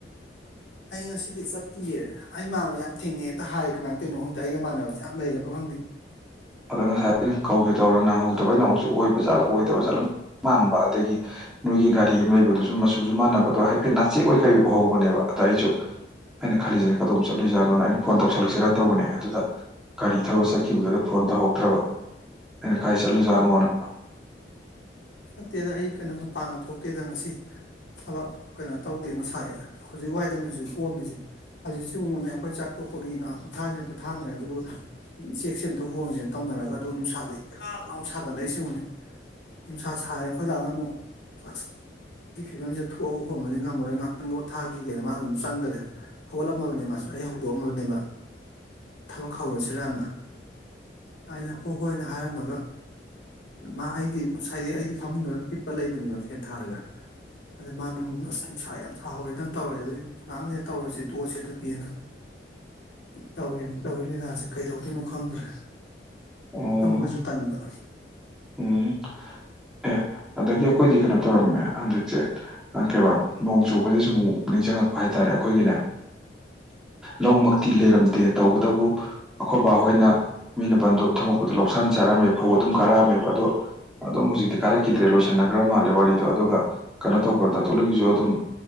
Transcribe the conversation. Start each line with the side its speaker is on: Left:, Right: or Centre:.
Left: ꯑꯩ ꯉꯁꯤꯗꯤ ꯆꯠꯄꯤꯌꯦ ꯑꯩ ꯃꯥꯟꯥꯟꯕꯅꯕ ꯌꯥꯝ ꯊꯦꯡꯅꯩ ꯍꯦꯛꯇ ꯍꯥꯏꯌꯦ ꯀꯃꯥꯏꯅꯧꯅꯣ ꯈꯪꯗꯦ ꯑꯩꯒ ꯃꯥꯟꯅꯕꯁꯦ ꯌꯥꯝ ꯂꯩꯔꯕ ꯈꯪꯗꯦ
Centre: ꯑꯗ ꯉꯁꯥꯏꯩꯅ ꯀꯧꯒꯦ ꯇꯧꯔ ꯅꯪꯍꯧꯗꯕꯩꯅ ꯑꯃꯨꯛꯁꯨ ꯑꯣꯏꯕ ꯖꯠꯂ ꯑꯣꯏꯗꯕ ꯥꯠꯂ ꯃꯥꯟꯕ ꯑꯗꯒꯤ ꯅꯣꯏꯒꯤ ꯒꯥꯔꯤ ꯑꯃ ꯂꯩꯕꯗꯨꯁꯨ ꯃꯆꯨꯁꯨ ꯃꯥꯟꯅꯕ ꯑꯗꯣ ꯍꯥꯏꯐꯦꯠ ꯅꯥꯆꯦꯦꯛ ꯑꯣꯏ ꯀꯩ ꯎꯍꯧꯕꯅꯦꯕ ꯑꯗ ꯑꯩꯁꯨ ꯑꯩꯅ ꯈꯜꯂꯤꯁꯤꯅ ꯀꯗꯣꯝ ꯆꯠꯂꯨꯏꯖꯥꯅꯣꯅ ꯑꯩꯅ ꯐꯣꯟ ꯇꯧꯁꯜꯂꯛꯁꯤꯔꯅ ꯇꯧꯕꯅꯦ ꯑꯗꯨꯗ ꯒꯥꯔꯤ ꯊꯧꯔ ꯆꯠꯈꯤꯕꯗꯨꯗ ꯐꯣꯟ ꯇꯧꯍꯧꯗ꯭ꯔꯕ ꯑꯩꯅ ꯀꯥꯏ ꯆꯠꯂꯨꯖꯥꯠꯅꯣꯅ
Left: ꯆꯠꯇꯦꯗ ꯑꯩ ꯀꯩꯅꯣ ꯃꯄꯥꯡꯒ ꯊꯣꯛꯇꯦꯗ ꯉꯁꯤ ꯊꯕꯛ ꯀꯩꯅꯣ ꯇꯧꯗꯦ ꯉꯁꯥꯏ ꯍꯧꯖꯤꯛ ꯋꯥꯏꯗꯅꯦ ꯍꯧꯖꯤꯛ ꯀꯣꯝꯃꯤꯁꯦ ꯍꯧꯖꯤꯛ ꯁꯤꯒꯨꯝꯕꯅꯦ ꯑꯩꯈꯣꯏ ꯆꯥꯛ ꯇꯣꯛꯄꯒꯤ ꯉꯥꯏꯍꯥꯛ ꯄꯣꯠꯊꯥꯁꯤꯅꯥ ꯄꯣꯠꯊꯥꯅꯔꯦ ꯑꯗꯨꯕꯨ ꯆꯦꯛꯁꯦ ꯑꯇ ꯍꯣꯔꯣꯟꯁꯦꯅ ꯇꯧꯅꯔꯒ ꯑꯗꯨ ꯅꯨꯡꯁꯥꯗꯩ ꯀꯌꯥꯥꯛ ꯂꯥꯎꯅ ꯁꯥꯒꯠꯂꯛꯏ ꯁꯤꯁꯤꯡꯅꯤ ꯅꯨꯡꯁꯥ ꯁꯥꯏ ꯑꯩꯖꯥꯅ ꯑꯃꯨꯛ ꯆꯥꯛ ꯑꯩꯒꯤ ꯐꯤꯕꯝꯁꯤꯗ ꯊꯣꯛꯑꯒ ꯍꯣꯟꯕꯗꯤ ꯉꯝꯃꯔꯣꯏ ꯉꯥꯏꯥꯛꯇꯪꯒꯣꯊꯥꯈꯤꯒꯦꯅ ꯃꯥꯅ ꯑꯗꯨꯝ ꯆꯪꯈꯔꯦ ꯍꯧꯒꯠꯂꯝꯃꯕꯅꯦ ꯃꯥꯁꯨ ꯑꯩ ꯍꯧꯗꯣꯛꯑꯝꯃꯕꯅꯦꯕ ꯊꯕꯛ ꯍꯧꯔꯁꯤꯔꯅ ꯑꯩꯅ ꯍꯣꯏ ꯍꯣꯏꯅ ꯍꯥꯏꯔꯝꯃꯒ ꯃꯥ ꯑꯩꯗꯤ ꯉꯁꯥꯏꯗꯤ ꯑꯩꯗꯤ ꯐꯝꯅ ꯍꯤꯞꯄ ꯂꯩꯕꯅꯦꯕ ꯐꯦꯟ ꯊꯥꯔꯒ ꯑꯗ ꯃꯥꯅ ꯑꯁ ꯅꯨꯡꯁꯥ ꯌꯥꯝꯅ ꯁꯍꯧꯋꯦꯗꯅ ꯇꯧꯔꯁꯦ ꯑꯗꯨꯒꯤ ꯉꯥꯏꯥꯡ ꯂꯩꯩꯗ ꯇꯧꯔꯁꯤ ꯇꯣꯛꯑꯁꯦ ꯑꯗꯨꯗꯤꯅ ꯎ ꯇꯧꯔꯤꯅꯤ ꯇꯧꯔꯤ ꯂꯤꯂꯥꯁꯦ ꯀꯩꯗꯧꯗꯣꯏꯅꯣ ꯈꯪꯗ꯭ꯔꯦ
Centre: ꯑꯣ
Left: ꯇꯨꯝꯕꯁꯨ ꯇꯟꯕ
Centre: ꯎꯝ ꯑꯦ ꯑꯗꯒꯤ ꯑꯩꯈꯣꯏꯗꯤ ꯀꯩꯅꯣ ꯇꯧꯔꯝꯃꯦ ꯍꯟꯗꯛꯁꯦ ꯀꯩꯕꯥ ꯅꯣꯡ ꯆꯨꯕꯁꯦ ꯁꯨꯝꯨꯛ ꯅꯤꯡꯁꯤꯡꯉꯛꯄ ꯍꯥꯏꯇꯥꯔꯦ ꯑꯩꯈꯣꯏꯒꯤꯅꯦ ꯂꯧꯃꯛꯇꯤ ꯂꯩꯔꯝꯗꯦ ꯇꯧꯕꯇꯕꯨ ꯑꯩꯈꯣꯏꯕ ꯑꯩꯈꯣꯏꯅ ꯃꯤꯅ ꯕꯟꯗꯣꯞ ꯊꯝꯃꯛꯄꯗ ꯂꯧꯁꯥꯟ ꯆꯥꯔꯝꯃꯦ ꯐꯧ ꯑꯗꯨꯝ ꯀꯥꯔꯛꯑꯃꯦ ꯑꯗꯣ ꯑꯗꯨꯝ ꯍꯧꯖꯤꯛꯇꯤ ꯀꯥꯔꯛꯈꯤꯗ꯭ꯔꯦ ꯂꯣꯏꯁꯟꯅꯈ꯭ꯔ ꯃꯥꯜꯂꯦ ꯋꯥꯔꯤꯗꯣ ꯑꯗꯨꯒ ꯀꯩꯅꯣ ꯇꯧꯕ꯭ꯔꯥ ꯗꯥꯇꯣꯟ ꯍꯣꯏꯒꯤꯁꯨ ꯑꯗꯨꯝ